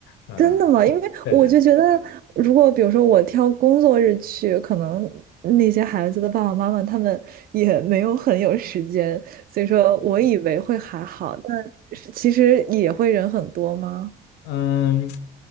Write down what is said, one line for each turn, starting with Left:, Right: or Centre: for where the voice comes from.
Left: 嗯，
Right: 真的吗？因为我就觉得，
Left: 对对，对
Right: 如果比如说我挑工作日去，可能那些孩子的爸爸妈妈他们也没有很有时间，所以说我以为会还好，但是其实也会人很多吗？
Left: 嗯，